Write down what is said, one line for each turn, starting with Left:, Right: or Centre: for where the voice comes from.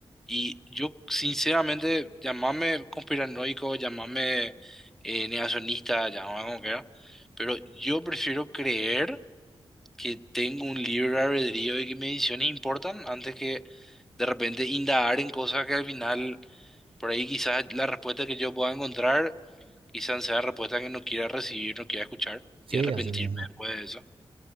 Centre: Y yo, sinceramente, llamame conspiranoico, llamame eh, negacionista, llamame como quiera, pero yo prefiero creer que tengo un libre albedrío y que mis decisiones importan antes que de repente indagar en cosas que al final, por ahí quizás la respuesta que yo pueda encontrar, quizás sea la respuesta que no quiera recibir, no quiera escuchar
Right: Sí,
Centre: y arrepentirme
Right: así mismo.
Centre: después de eso.